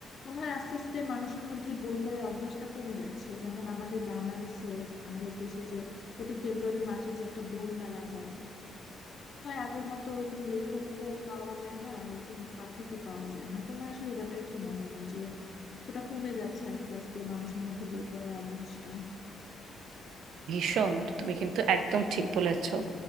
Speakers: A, on the left (about 50°); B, on the right (about 80°).
A: মনে হয় আস্তে আস্তে মানুষের মধ্যে বই পড়ার অভ্যাসটা কমে যাচ্ছে যেমন আমাদের বাংলাদেশে আমাদের দেশে যে প্রতি ফেব্রুয়ারি মাসে যে একটা বই মেলা হয় হয় আগের মতো ওরকম লেখকও পাওয়া যায় না আর ওরকম পাঠকও পাওয়া যায় না তোমার আসলে এই ব্যাপারে কি মতামত যে এতটা কমে যাচ্ছে আস্তে আস্তে মানুষের মধ্যে বই পড়ার অভ্যাসটা
B: ভীষণ তুমি কিন্তু একদম ঠিক বলেছ